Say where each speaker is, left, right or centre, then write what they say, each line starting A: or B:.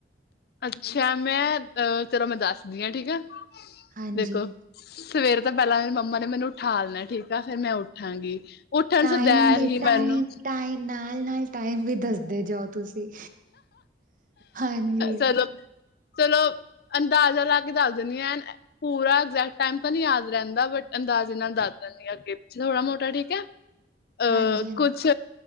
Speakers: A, on the left (about 60°); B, on the right (about 45°).
A: ਅੱਛਾ, ਮੈਂ ਚਲੋ ਮੈਂ ਦੱਸਦੀ ਆ ਠੀਕ ਆ,
B: ਹਾਂਜੀ
A: ਦੇਖੋ। ਸਵੇਰ ਤੋਂ ਪਹਿਲਾਂ ਮੇਰੀ ਮੰਮਾ ਨੇ ਮੈਨੂੰ ਉਠਾਲਣਾ ਠੀਕ ਆ, ਫੇਰ ਮੈਂ ਉਠਾਂਗੀ ਉੱਠਣ
B: ਟਾਈਮ
A: ਸਦੈਹ
B: ਦੇ
A: ਹੀ
B: ਟਾਈਮ
A: ਮੈਨੂੰ
B: ਟਾਈਮ, ਨਾਲ-ਨਾਲ ਟਾਈਮ ਵੀ ਦੱਸਦੇ ਜਾਓ, ਤੁਸੀਂ। ਹਾਂਜੀ
A: ਚਲੋ, ਚਲੋ ਅੰਦਾਜ਼ਾ ਲਾਕੇ ਦੱਸ ਦਿਨੀਂ ਐਨ ਪੂਰਾ ਐਗਜੈਕਟ ਟਾਈਮ ਤਾਂ ਨੀ ਯਾਦ ਰਹਿੰਦਾ ਬਟ, ਅੰਦਾਜੇ ਨਾਲ ਦੱਸ ਦਿੰਨੀ ਆ, ਅੱਗੇ-ਪਿੱਛੇ, ਥੋੜਾ ਮੋਟਾ ਠੀਕ ਹੈ।
B: <inaudible>
A: ਅ,
B: ਹਾਂਜੀ
A: ਕੁਛ